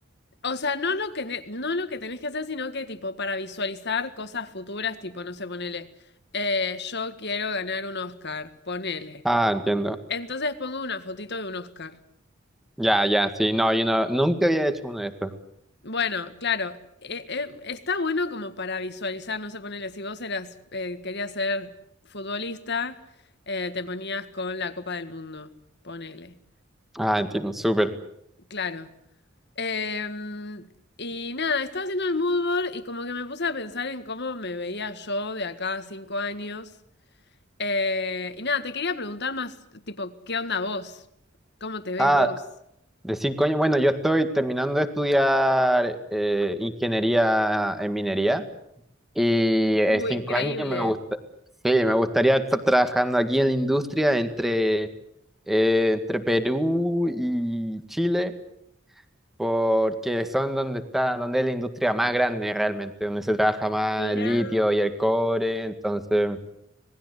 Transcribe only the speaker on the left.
O sea, no lo que ne- no lo que tenés que hacer, sino que tipo para visualizar cosas futuras, tipo, no sé, ponele. eh, yo quiero ganar un Oscar, ponele.
Entonces pongo una fotito de un Oscar.
Bueno, claro, eh, eh, está bueno como para visualizar, no sé, ponele, si vos eras, eh, querías ser futbolista, eh, te ponías con la Copa del Mundo, ponele.
Claro. Em, y nada, estaba haciendo el mood board y como que me puse a pensar en cómo me veía yo de acá a cinco años. Eh, y nada, te quería preguntar más, tipo, ¿qué onda vos? ¿Cómo te ves
vos?
Uh,
increíble.
Mirá.